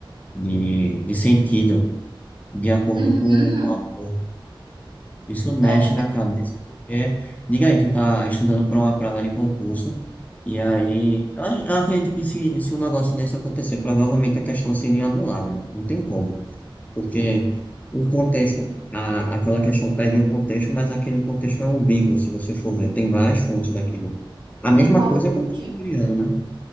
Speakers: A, on the left; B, on the right.
A: de, de sentido, de acordo
B: uhum,
A: com, com Isso mexe
B: é,
A: na cabeça, porque, diga aí, tu tá estudando para uma prova de concurso, e aí, eu, ac- eu acredito que se, se um negócio desse acontecer, provavelmente a questão seria anulada, né? Não tem como, porque o contexto, a, aquela questão pede um contexto, mas aquele contexto é ambíguo, se você for ver, tem várias fontes daquilo. A mesma
B: concordo
A: coisa é
B: contigo.
A: com o criando, né?